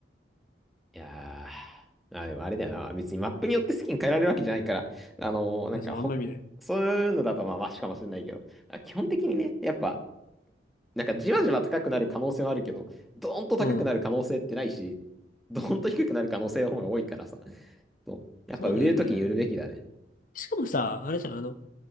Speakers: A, in the centre; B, on the left (about 50°).
A: いやー、まあ、でもあれだよな。別にマップによってスキン変えられるわけじゃないから、あのーなんかほ、
B: え。そう、あんま見ない。
A: そういうのだとまあマシかもしれないけど、あ基本的にね、やっぱ、なんかじわじわ高くなる可能性はあるけど、ドーンと高くなる可能性ってないし、
B: うん。
A: ドーンと低くなる可能性の方が多いからさ。そう。やっぱ売れるときに売るべきだね。
B: そうだよね。しかもさ、あれじゃん、あの、